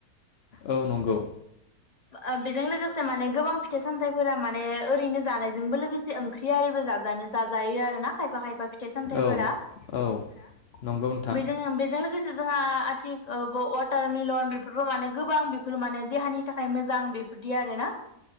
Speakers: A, on the left; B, on the left.
A: औ नंगौ
B: ओ बेजों लोगोसे माने गोबां फिथाइ सामथाइफोरा माने ओरैनो जानायजोंबो लोगोसे ओंख्रि आरो जाजायो आरोना खायफा खायफा फिथाइ सामथाइफोरा
A: औ औ नंगौ नोंथां
B: बेजों बेजों लोगोसे जोंहा आथिख वाटार मिलन बेफोरखौ माने गोबां बेफोर माने देहानि नि थाखाय मोजां बेफोरदि आरोना